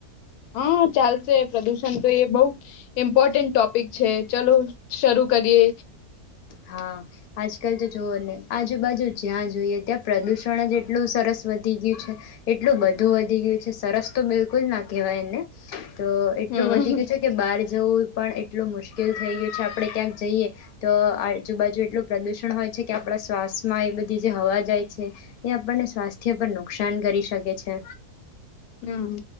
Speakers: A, on the left; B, on the left.
A: હા, ચાલશે પ્રદુષણ તો એ બહુ ઇમ્પોર્ટન્ટ ટોપિક છે ચલો શરૂ કરીએ.
B: હા, આજકાલ તો જોઓને આજુબાજુ જ્યાં જોઈએ ત્યાં પ્રદુષણ જ એટલું સરસ વધી ગયું છે એટલું બધું વધી ગયું છે સરસ તો બિલકુલ ના કહેવાય એને તો
A: હમ
B: એટલું વધી ગ છે કે બહાર જવું પણ એટલું મુશ્કેલ થઈ ગયું છે આપણે ક્યાંક જઈએ તો આજુબાજુ એટલું પ્રદૂષણ હોય છે કે આપણા શ્વાસમાં એ બધી જે હવા જાય છે એ આપણને સ્વાસ્થ્ય પર નુકસાન કરી શકે છે.
A: હમ્મ,